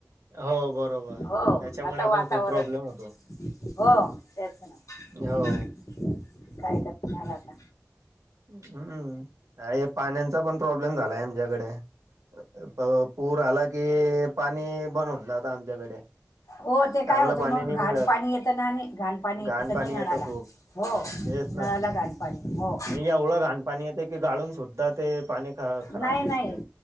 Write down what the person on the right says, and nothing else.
हो बरोबर,
त्याच्यामुळे
पण खूप प्रॉब्लेम होतो.
हो
हम्म, काय हे पाण्याचा पण प्रॉब्लेम झालाय आमच्याकडे. भरपूर आला की पाणी भरून जाता आमच्याकडे.
चांगलं
पाणी
नाही
मिळत
घाण पाणी
खूप
तेच ना
आणि एवढं घाणपाणी येते की गाळून सुद्धा ते पाणी. ख खराब
दिसतय